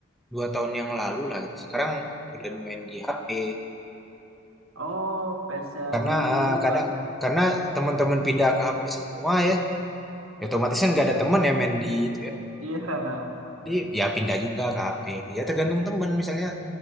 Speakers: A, in the centre; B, on the right.
A: dua tahun yang lalu lah gitu. Sekarang udah main di HP
B: Oh, PES yang
A: karena
B: di
A: ah,
B: ini
A: kadang
B: bang ya.
A: karena
B: Hmm,
A: teman-teman pindah ke HP semua ya. Ya otomatis kan nggak ada teman ya main di itu ya.
B: Iya,
A: Jadi ya pindah juga ke HP. Ya tergantung teman misalnya